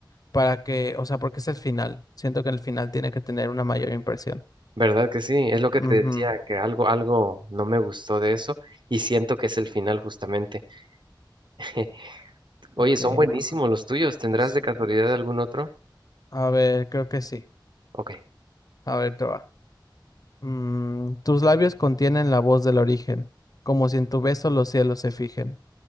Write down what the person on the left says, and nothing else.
para que, o sea, porque es el final. Siento que el final tiene que tener una mayor impresión.
Ujú.
Ok,
ah,
sí.
A ver, creo que sí.
A ver, te va. Mm, tus labios contienen la voz del origen, como si en tu beso los cielos se fijen.